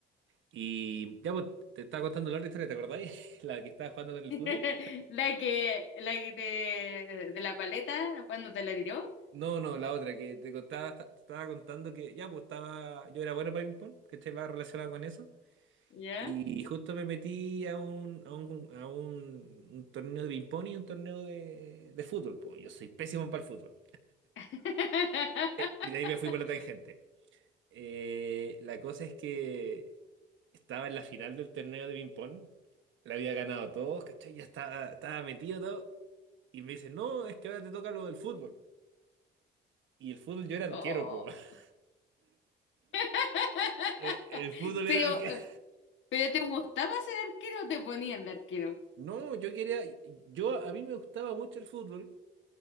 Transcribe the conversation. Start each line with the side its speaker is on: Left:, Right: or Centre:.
Right: Y ya pues, te estaba contando la otra historia, ¿te acordáis? <laughs> La que estaba jugando con el
Left: <laughs>
Right: fútbol.
Left: La que, la que te, de la paleta, cuando te la tiró,
Right: No, no, la otra que te contaba, esta- te estaba contando que ya pues estaba, yo era bueno para ping-pong, que estaba relacionado con eso.
Left: ¿ya?
Right: Y justo me metí a un, a un, a un, un torneo de ping-pong y un torneo de, de fútbol. po. Yo soy pésimo para el fútbol.
Left: <laughs>
Right: Eh, y de ahí me fui por la tangente. Eh, la cosa es que estaba en la final del torneo de ping-pong. La había ganado todos, ¿cachai? Ya estaba, estaba metido todo. Y me dice, no, es que ahora te toca lo del fútbol. Y el fútbol yo era arquero,
Left: Oh.
Right: po. <laughs>
Left: <laughs>
Right: Eh, El fútbol
Left: Pero,
Right: era arquero.
Left: eh, pero ¿te gustaba ser arquero o te ponían de arquero?
Right: No, yo quería. Yo, a mí me gustaba mucho el fútbol.